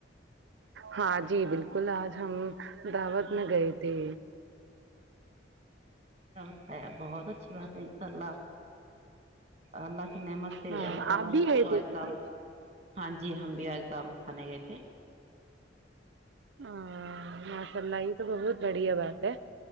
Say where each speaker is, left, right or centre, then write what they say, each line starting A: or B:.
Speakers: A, on the right; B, on the right.
A: ہاں جی بالکل آج ہم دعوت میں گئے تھے
B: ا بہت اچھی بات ہے اللہ اللہ
A: ہاں
B: اللہ تعالی
A: آپ بھی
B: نے
A: گئے تھے کیا
B: ہاں جی ہم بھی دعوت خانہ گئے تھے
A: ہ ماشاء اللہ یہ تو بہت بڑھیا بات ہے